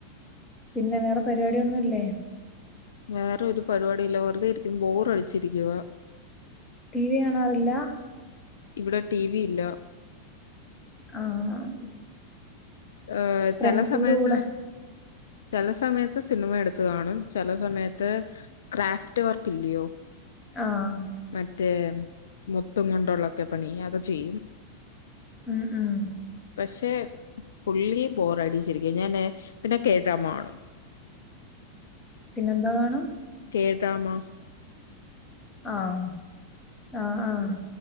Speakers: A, on the left; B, on the left.
A: പിന്നെ വേറെ പരിപാടിയൊന്നും ഇല്ലേ?
B: വേറെ ഒരു പരിപാടിയില്ല വെറുതെ ഇരിക്കും ബോറ് അടിച്ചിരിക്കുവ.
A: ടി വി കാണാറില്ല?
B: ഇവിടെ ടി വി ഇല്ല.
A: ആഹ്
B: ഏഹ്
A: ഫ്രണ്ട്സിന്റെ
B: ചെല സമയത്ത്
A: കൂടെ
B: ചെല സമയത്ത് സിനിമ എടുത്ത് കാണും ചെല സമയത്ത് ക്രാഫ്റ്റ് വർക്ക് ഇല്ലയോ
A: ആഹ്
B: മറ്റേ മുത്തും കൊണ്ടുള്ളൊക്കെ പണി അത് ചെയ്യും.
A: ഉം ഉം
B: പക്ഷെ ഫുള്ളി ബോറഡി ശരിക്കും ഞാന് പിന്നെ കേട്ടാമാണും.
A: പിന്നെന്താ വാണം
B: കേട്രാമ
A: ആഹ് ആഹ് ആഹ്